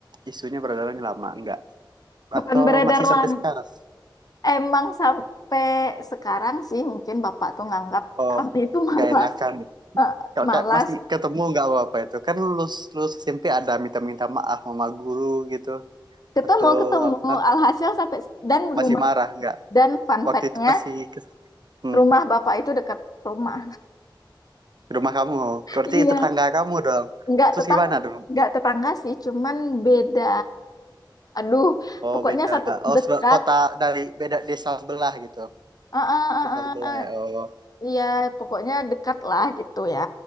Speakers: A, on the right; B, on the left.
A: Isunya beredar lama, enggak?
B: bukan
A: Atau
B: beredar
A: masih
B: lan
A: sampai sekarang?
B: emang sampai sekarang sih mungkin bapak tuh nganggap
A: Oh,
B: kami itu <laughs> malas
A: nggak enakan.
B: eh,
A: Kalau
B: malas
A: kayak masih ketemu nggak apa-apa itu. Kan lulus lulus SMP ada minta-minta maaf sama guru gitu.
B: ketemu
A: atau
B: ketemu
A: apa
B: alhasil sampai dan
A: masih
B: rumah
A: marah nggak
B: dan fun
A: waktu
B: fact-nya
A: itu masih ke hmm,
B: rumah bapak itu dekat rumah
A: ke rumah kamu berarti
B: iya
A: tetangga kamu dong
B: nggak
A: terus
B: tetang
A: gimana dong
B: nggak tetangga sih cuman beda aduh
A: oh
B: pokoknya
A: beda
B: satu
A: oh
B: dekat
A: sebe- kota dari beda desa sebelah gitu
B: Eh, eh, eh,
A: desa
B: eh,
A: sebelah
B: eh.
A: ya. oh
B: iya pokoknya dekat lah gitu ya